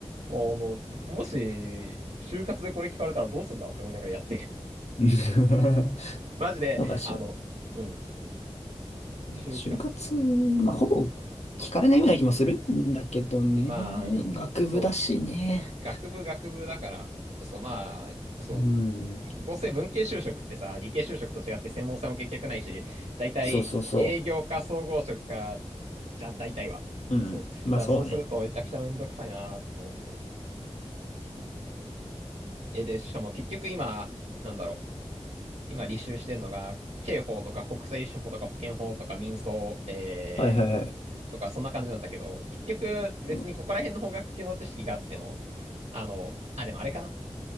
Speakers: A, on the right; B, on the left.
A: あの、もし、就活でこれ聞かれたらどうすんだって思いながらやってる。
B: <laughs>
A: <laughs> マジで、
B: そうかしら
A: あの、うん、就活。
B: 就活、まあ、ほぼ聞かれないような気もするんだけどね。
A: まあね、
B: 学部だしね。
A: そう、学部学部だから、そう、まあ、そう、
B: うん。
A: どうせ文系就職ってさ、理系就職と違って専門性も結局ないし、大体営業か総合職か、
B: そうそうそう。
A: じゃん、大体は。
B: うん。
A: そう。だからそうするとめちゃくちゃめんどくさいなーって思ってて。
B: まあそうね。
A: え、で、しかも結局今、なんだろう。今履修してんのが、刑法とか国際司法とか保険法とか民訴、えー、
B: はいはいはい。
A: とかそんな感じなんだけど、結局別にここら辺の法学系の知識があっても、
B: うん
A: あの、あ、でもあれかな